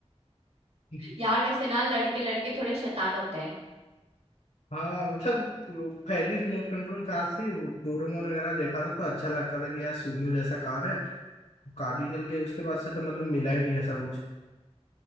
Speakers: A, on the left (about 85°); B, on the right (about 70°).
A: <laughs>
B: यार वैसे ना लड़के लड़के थोड़े शैतान होते हैं
A: हाँ मतलब वो पहली रिमोट कंट्रोल कार थी वो डोरेमोन वगैरह देखा था तो अच्छा लगता था कि यार सुनियो जैसा कार है कार ही जल गई उसके बाद से तो मतलब मिला ही नहीं ऐसा कुछ